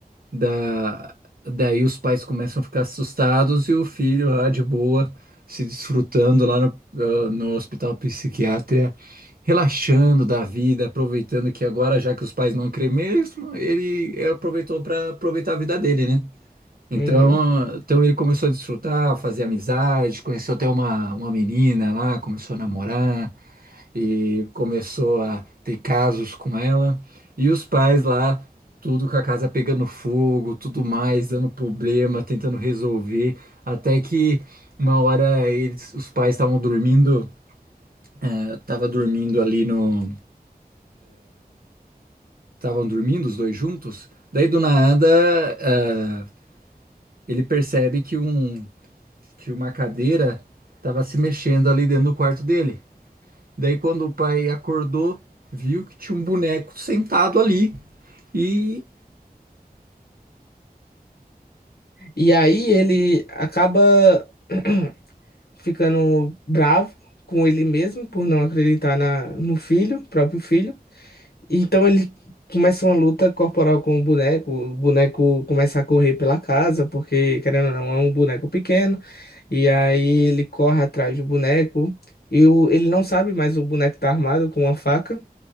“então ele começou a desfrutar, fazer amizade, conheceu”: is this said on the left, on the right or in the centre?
Right